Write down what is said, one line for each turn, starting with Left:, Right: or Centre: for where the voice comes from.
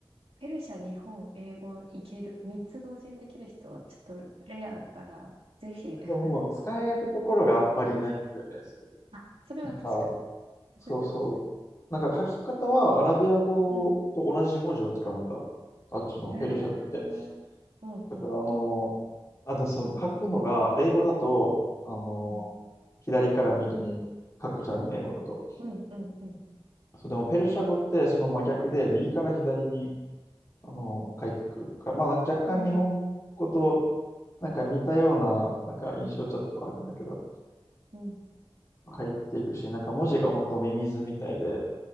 Right: ペルシャ、日本、英語いける。三つ同時にできる人はちょっとレアだから、ぜひ。
Left: ね。
Right: <laughs>
Left: でも使えるところがあんまりないんだよね、それ。
Right: あ、それは確かに。
Left: なんか、
Right: <laughs>
Left: そうそう。なんか書き方はアラビア語と同じ文字を使うんだ。
Right: うん。
Left: あっちのペルシャ語って。
Right: へえ。うん、
Left: だから、
Right: うん、
Left: あの、あ、で、そう、書くのが、英語だと、あの、
Right: うん、
Left: 左から右に書くじゃん、英語だと。
Right: うん、うん、うん、
Left: そう、でも、ペルシャ語ってその真逆で、右から左に、あの、書いてくるから、まあ、なんか若干日本語と、
Right: うん、
Left: なんか似たような、なんか印象ちょっとあるんだけど、
Right: うん。
Left: 書いていくし、なんか文字が本当ミミズみたいで、